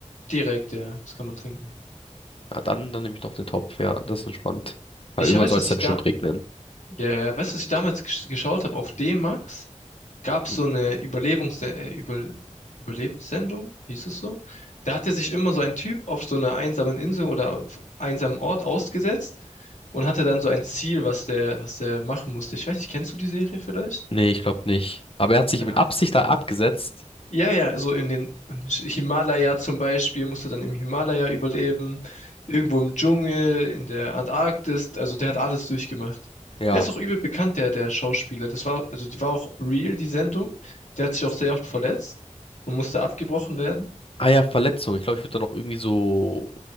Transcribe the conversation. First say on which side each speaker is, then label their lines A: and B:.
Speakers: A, on the left (about 75°); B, on the left (about 45°).
A: Direkt, ja, das kann man trinken.
B: Ja, dann, dann nehme ich doch den Topf, ja, das ist entspannt. Weil
A: Ich
B: irgendwann
A: weiß,
B: soll
A: dass
B: es
A: ich
B: ja bestimmt
A: da.
B: regnen.
A: Ja, ja, weißt du, was ich damals gesch- geschaut habe auf D-Max? gab es
B: Hm.
A: so eine Überlebungs äh, Über Überlebenssendung, hieß es so. Da hatte sich immer so ein Typ auf so einer einsamen Insel oder auf einsamen Ort ausgesetzt und hatte dann so ein Ziel, was der, was der machen musste. Ich weiß nicht, kennst du die Serie vielleicht?
B: Nee, ich glaube nicht. Aber er hat sich
A: Ja,
B: mit Absicht da abgesetzt.
A: ja, ja, so in den im Himalaya zum Beispiel musst du dann im Himalaya überleben, irgendwo im Dschungel, in der Antarktis, also der hat alles durchgemacht.
B: Ja.
A: Der ist auch übel bekannt, der, der Schauspieler. Das war, also die war auch real, die Sendung. Der hat sich auch sehr oft verletzt und musste abgebrochen werden.
B: Ah ja, Verletzung. Ich glaube, ich würde da noch irgendwie so